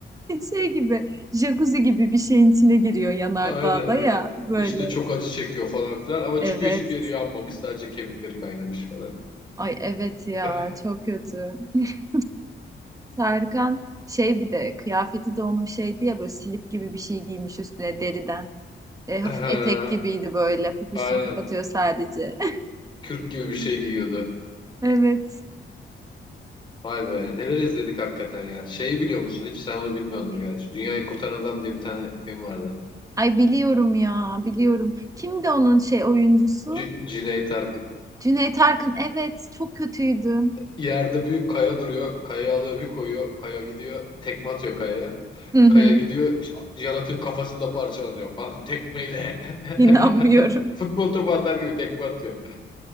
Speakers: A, on the right (about 15°); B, on the left (about 25°).
A: şey gibi jacuzzi gibi bir şeyin içine giriyor yanardağda
B: Aynen aynen.
A: ya böyle.
B: İşte çok acı çekiyor falan filan ama
A: Evet.
B: çıkıyor hiçbir yeri yanmamış sadece kemikleri kaynamış falan.
A: Ay evet ya
B: <laughs>
A: çok kötü. <laughs> Tarkan şey bir de kıyafeti de onun şeydi ya böyle slip gibi bir şey giymiş üstüne deriden. E, hafif
B: Aha,
A: etek gibiydi böyle poposunu
B: aynen.
A: kapatıyor sadece. <laughs>
B: Kürk gibi bir şey giyiyordu.
A: Evet.
B: Vay be neler izledik hakikaten ya. Şeyi biliyor musun hiç? Sen onu bilmiyordur gerçi. Dünyayı Kurtaran Adam diye bir tane film vardı.
A: Ay biliyorum ya biliyorum. Kimdi onun şey oyuncusu?
B: C Cüneyt Arkın.
A: Cüneyt Arkın evet çok kötüydü.
B: Yerde büyük kaya duruyor. Kayayı alıyor bir koyuyor. Kaya gidiyor. Tekme atıyor kayaya.
A: Hı hı.
B: Kaya gidiyor, Jonathan kafasını da parçalıyor falan tekmeyle.
A: İnanmıyorum.
B: <laughs> Futbol topu atar gibi tekme atıyor.